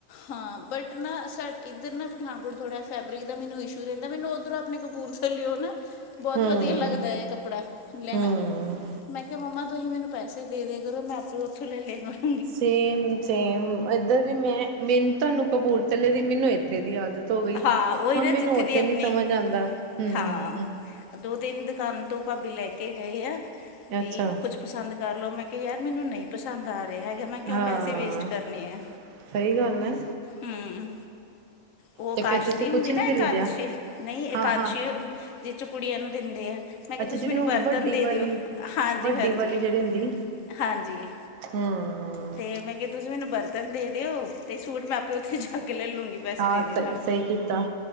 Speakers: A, on the left; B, on the right.
A: ਹਾਂ ਬਟ ਨਾ ਸ ਇੱਧਰ ਨਾ ਪਠਾਨਕੋਟ ਥੋੜ੍ਹਾ ਫੈਬਰਿਕ ਦਾ ਮੈਨੂੰ ਇਸ਼ੂ ਰਹਿੰਦਾ, ਮੈਨੂੰ ਉੱਧਰੋਂ ਆਪ ਆਪਣੇ ਕਪੂਰ ਥੱਲਿਓ ਨਾ, ਬਹੁਤ
B: ਹਮ
A: ਵਧੀਆ ਲੱਗਦਾ ਹੈ ਕੱਪੜਾ ਲੈਣਾ
B: ਹੂੰ
A: ਮੈਂ ਕਿਹਾ ਮੰਮਾ ਤੁਸੀਂ ਮੈਨੂੰ ਪੈਸੇ ਦੇ ਦਿਆ ਕਰੋ ਮੈਂ ਆਪੇ ਉੱਥੋਂ ਲੈ ਲਿਆਂ ਕਰਾਂ
B: ਸੇਮ ਸੇਮ ਇੱਧਰ ਵੀ ਮੈਂ ਮੈਨੂੰ ਤੁਹਾਨੂੰ ਕਪੂਰਥਲੇ ਦੀ, ਮੈਨੂੰ ਇੱਥੇ ਦੀ ਆਦਤ ਆਦਤ ਹੋ ਗਈ,
A: ਹਾਂ ਉਹੀ
B: ਹੁਣ
A: ਨਾ
B: ਮੈਨੂੰ
A: ਜਿੱਥੇ
B: ਉੱਥੇ
A: ਦੀ ਆਪਣੀ
B: ਨੀ ਸਮਂਝ ਆਉਂਦਾ ਹੂ
A: ਹਾਂ ਦੋ ਤਿੰਨ ਦੁਕਾਨ ਤੋਂ ਭਾਬੀ ਲੈ ਕੇ ਜਾਈ ਆ, ਤੇ
B: ਅੱਛਾ
A: ਕੁੱਛ ਪਸੰਦ ਕਰ ਲਓ ਮੈਂ ਕਿਹਾ ਯਾਰ ਮੈਨੂੰ ਨਹੀਂ ਪਸੰਦ ਆ ਜੇ ਹੈਗਾ ਮੈਂ ਕਿਉਂ
B: ਹਾਂ
A: ਪੈਸੇ ਵੇਸਟ ਕਰਨੇ ਆ
B: ਸਹੀ ਗੱਲ ਹੈ
A: ਹੂ ਉਹ
B: ਤੇ
A: ਕਾਸ਼
B: ਫੇਰ ਤੁਸੀਂ
A: ਦੀ
B: ਕੁਛ
A: ਹੁੰਦੀ
B: ਨੀ
A: ਨਾ
B: ਖਰੀਦਿਆ
A: ਇਕਾਦਸ਼ੀ ਨਹੀਂ ਇਕਾਦਸ਼ੀ
B: ਹਾਂ ਹਾਂ
A: ਜਿਚੋ ਕੁੜੀਆਂ ਨੂੰ ਦਿੰਦੇ ਆ ਮੈਂ ਕਿਹਾ
B: ਅੱਛਾ
A: ਤੁਸੀਂ
B: ਜਿਹੜੀ
A: ਮੈਨੂੰ
B: ਉਹ
A: ਬਰਤਨ
B: ਵੱਡੀ
A: ਦੇ
B: ਵਾਲੀ
A: ਦਿਓ ਹਾਂਜੀ
B: ਵੱਡੀ
A: ਹਾਂਜੀ
B: ਵਾਲੀ ਜਿਹੜੀ ਹੁੰਦੀ
A: ਹਾਂਜੀ
B: ਹੂੰ
A: ਤੇ ਮੈਂ ਕਿਹਾ ਤੁਸੀਂ ਮੈਨੂੰ ਬਰਤਨ ਦੇ ਦਿਓ ਤੇ ਸੂਟ ਮੈਂ ਆਪੇ ਉੱਥੇ ਜਾ ਕੇ ਲੈ ਲੂੰਗੀ ਪੈਸੇ
B: ਹਾਂ
A: ਦੇ ਫਿਲ
B: ਸਹੀ
A: ਹਾਲ
B: ਸਹੀ ਕੀਤਾ